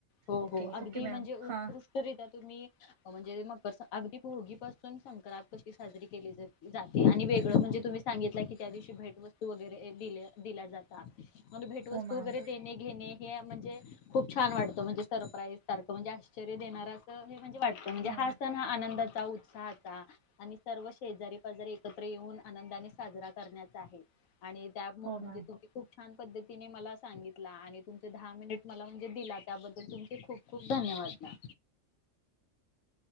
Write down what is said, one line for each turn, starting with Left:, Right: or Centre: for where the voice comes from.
Left: हो
Right: ओके,
Left: हो अगदी
Right: ओके मॅम
Left: म्हणजे उत्कृष्टरित्या
Right: हा.
Left: तुम्ही म्हणजे मकर अगदी भोगी पासून संक्रांत कशी साजरी केली जाते आणि वेगळं म्हणजे तुम्ही सांगितल्या की त्या दिवशी भेट वस्तू वगैरे दिल्या दिला जातात मग भेटवस्तू
Right: हो मॅम
Left: वगैरे देणे घेणे हे म्हणजे खूप छान वाटतं म्हणजे सरप्राईज सारखं म्हणजे आश्चर्य देणाराच म्हणजे वाटतं म्हणजे
Right: हां
Left: हा सण हा आनंदात उत्साहाचा आणि सर्व शेजारी पाजारी एकत्र येऊन आनंदाने साजरा करण्याचा आहे. आणि त्या म्हणजे
Right: हो मॅम
Left: तुम्ही खूप छान पद्धतीने मला सांगितला आणि तुमचे दहा मिनिट मला म्हणजे दिला त्याबद्दल तुमचे खूप खूप धन्यवाद ना.